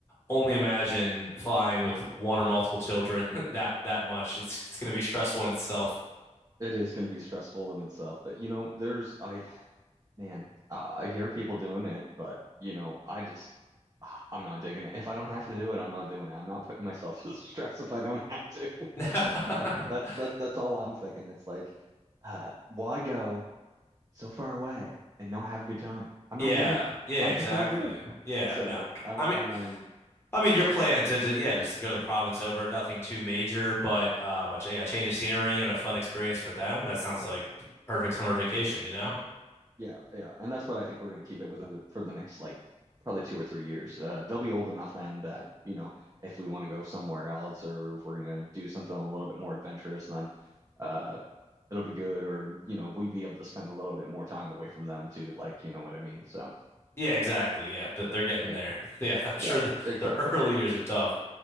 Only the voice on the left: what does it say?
only imagine flying with one or multiple children <laughs> that that much. It's it's going to be stressful in itself.
<laughs>
Yeah,
yeah,
exactly.
Yeah,
no.
I mean,
I mean, your plan to, to yeah, just to go to the province over, nothing too major, but um, a, ch- yeah, a change of scenery and a fun experience for them. That sounds like the perfect summer vacation, you know?
Yeah, exactly. Yeah, th- they're getting
there. <laughs> Yeah, I'm sure
the,
the early years are tough.